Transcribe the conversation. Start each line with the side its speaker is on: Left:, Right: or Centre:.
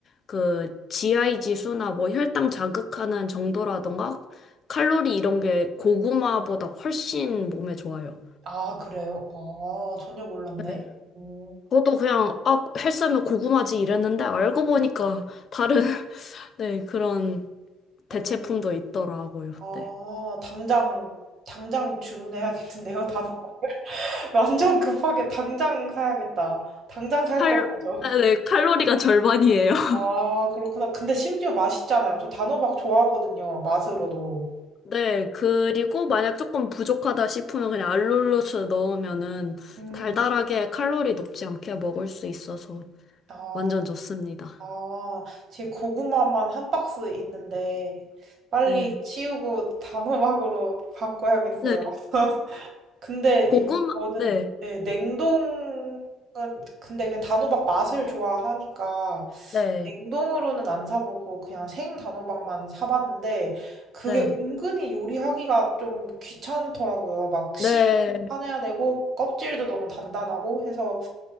Left: 그, GI 지수나 뭐 혈당 자극하는 정도라던가, 칼로리 이런 게 고구마보다 훨씬 몸에 좋아요.
Right: 아, 그래요? 아, 전혀 몰랐네.
Left: 네.
Right: 오,
Left: 저도 그냥, 아, 헬스하면 고구마지 이랬는데, 알고 보니까 다른 네, 그런 대체품도
Right: 오,
Left: 있더라고요.
Right: 아,
Left: 네.
Right: 당장 당장 주문해야겠는데요. 단호 <laughs> 완전 급하게 당장 사야겠다. 당장 살
Left: 칼,
Right: 거예요, 저.
Left: 아, 네, 칼로리가 절반이에요. <laughs>
Right: 아, 그렇구나. 근데 심지어 맛있잖아요. 저 단호박 좋아하거든요. 맛으로도.
Left: 네, 그리고 만약 조금 부족하다 싶으면 그냥 알룰로스 넣으면은
Right: 음,
Left: 달달하게 칼로리 높지 않게 먹을 수 있어서
Right: 아,
Left: 완전 좋습니다.
Right: 아, 제 고구마만 한 박스 있는데 빨리
Left: 네.
Right: 치우고 단호박으로 바꿔야겠어요.
Left: 네.
Right: <laughs> 근데
Left: 고구마,
Right: 이- 저는
Left: 네.
Right: 네, 냉동은 근데 그 단호박 맛을 좋아하니까
Left: 네.
Right: 냉동으로는 안 사보고 그냥 생 단호박만 사봤는데 그게
Left: 네.
Right: 은근히 요리하기가 좀 귀찮더라고요. 막 씨도
Left: 네.
Right: 파내야 되고 껍질도 너무 단단하고 해서